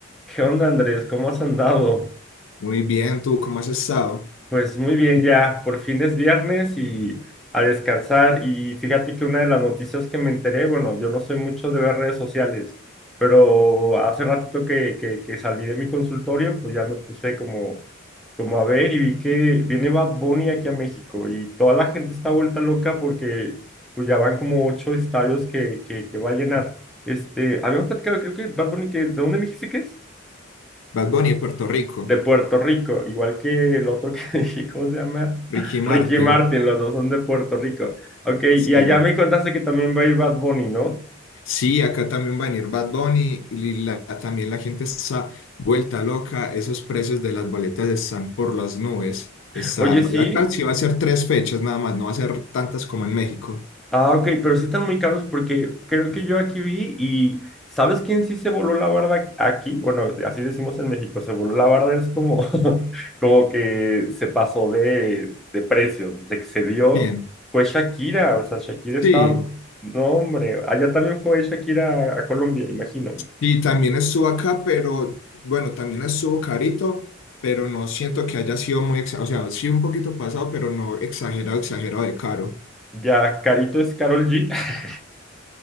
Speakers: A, in the centre; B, on the left.
A: ¿Qué onda, Andrés? ¿Cómo has andado?
B: Muy bien, ¿tú cómo has estado?
A: Pues muy bien ya, por fin es viernes y a descansar. Y fíjate que una de las noticias que me enteré, bueno, yo no soy mucho de ver redes sociales, pero hace ratito que, que, que salí de mi consultorio, pues ya me puse como, como a ver y vi que viene Bad Bunny aquí a México y toda la gente está vuelta loca porque pues ya van como ocho estadios que, que, que va a llenar. Este, habíamos platicado, creo que Bad Bunny, que, ¿de dónde me dijiste que es?
B: Bad Bunny de Puerto Rico,
A: de Puerto Rico, igual que el otro <laughs> que dije, ¿cómo se llama?
B: Ricky Martin.
A: Ricky Martin, los dos son de Puerto Rico. Ok, y
B: Sí,
A: allá me contaste que también va a ir Bad Bunny, ¿no?
B: sí, acá también va a venir Bad Bunny y la- también la gente está vuelta loca. Esos precios de las boletas están por las nubes. Está,
A: Oye, sí.
B: acá sí va a ser tres fechas nada más, no va a ser tantas como en México.
A: Ah, ok, pero sí están muy caros porque creo que yo aquí vi y ¿sabes quién sí se voló la barda aquí? Bueno, así decimos en México, se voló la barda, es como, <laughs> como que se pasó de, de precios, se excedió.
B: Bien,
A: Fue Shakira, o sea, Shakira estaba,
B: sí,
A: no hombre, allá también fue Shakira a a Colombia, imagino.
B: y también estuvo acá, pero bueno, también estuvo carito, pero no siento que haya sido muy, exa- o sea, sí un poquito pasado, pero no exagerado, exagerado de caro.
A: Ya, Carito es Carol G. <laughs>